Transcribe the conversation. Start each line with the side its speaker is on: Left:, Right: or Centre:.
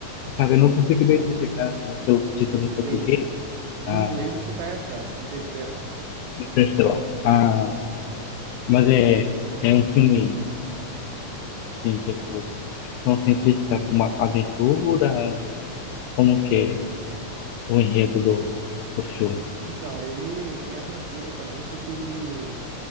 Left: sabe, eu não consigo identificar assim, o título em
Right: Entendi.
Left: português,
Right: Em
Left: ah,
Right: inglês você vai achar, Interestelar.
Left: então, sei Ah, mas é, é um filme, assim, tipo, ficção científica com uma aventura, como que é o enredo do,
Right: E-
Left: do filme?
Right: Então, ele tem aventura também, só que ele